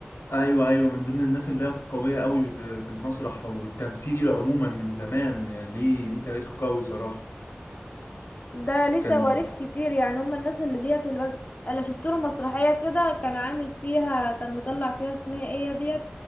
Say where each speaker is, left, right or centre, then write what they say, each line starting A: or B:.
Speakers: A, on the left; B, on the left.
A: ايوه ايوه من ضمن الناس اللي هي قوية قوي في المسرح والتمثيل عموما من زمان يعني ليه ليه تاريخ قوي صراحة
B: ده ليه
A: كان
B: تواريخ
A: بي...
B: كتير يعني هم الناس اللي ديت اللي بد... انا شفت له مسرحيه كده كان عامل فيها كان مطلع فيها اسمها ايه ديت